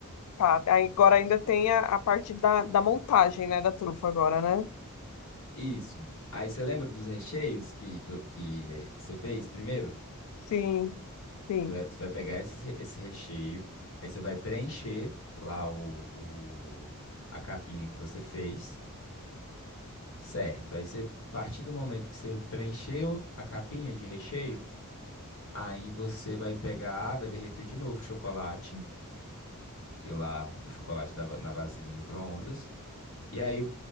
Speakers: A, on the left (about 75°); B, on the left (about 60°).
A: tá, aí agora ainda tem a, a parte da, da montagem, né, da trufa agora, né?
B: Isso. Aí você lembra dos recheios que, que, que, eh, você fez primeiro?
A: Sim, sim.
B: Você vai, você vai pegar esses re- esse, recheio, aí você vai preencher lá o, o- a capinha que você fez, certo? Aí você, a partir do momento que você preencheu a capinha de recheio, aí você vai pegar, vai derreter de novo o chocolate, e lá o chocolate da va- na vasilha do micro-ondas. E aí